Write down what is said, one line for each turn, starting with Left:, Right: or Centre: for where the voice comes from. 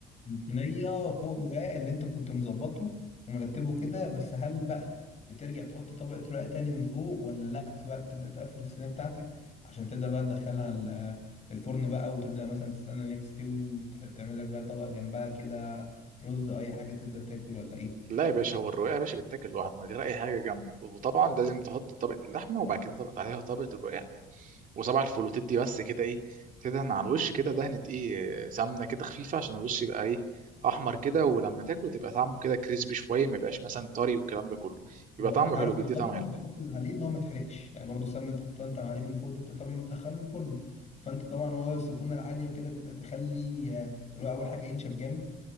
Left: صينية فوق الرقاق اللي انت كنت مظبطه ومرتبه كده بس هل بقى بترجع تحط طبقة رقاق تاني من فوق ولا لا بقى بتبدأ تقفل الصينية بتاعتك عشان تبدأ بقى تدخلها ال- الفرن بقى وتبدأ مثلا تستنى ان هي تستوي وتعمل لك بقى طبق جنبها كده رز أو اي حاجة تبدأ تاكل ولا ايه
Right: لا يا باشا هو الرقاق يا باشا بيتاكل لوحده من غير اي حاجه جنبه وطبعا لازم تحط طبقه اللحمه وبعد كده طبقه عليها طبقه الرقاق وصباع الفول وتدي بس كده ايه تدهن على الوش كده دهنه ايه سمنه كده خفيفه عشان الوش يبقى ايه احمر كده ولما تاكله تبقى طعمه كده كريسبي شويه ما يبقاش مثلا طري والكلام ده كله بيبقى
Left: بالظبط
Right: طعمه
Left: عارف
Right: حلو بيدي
Left: السمنة
Right: طعم حلو
Left: بتحافظ عليه ان هو ما يتحرقش يعني برضو السمنة انت تحطها انت عليه من فوق دي انت طبعا بتدخله الفرن فانت طبعا هو السخونة العالية وكده تبدأ تخلي آه، الرقاق اول حاجة ينشف جامد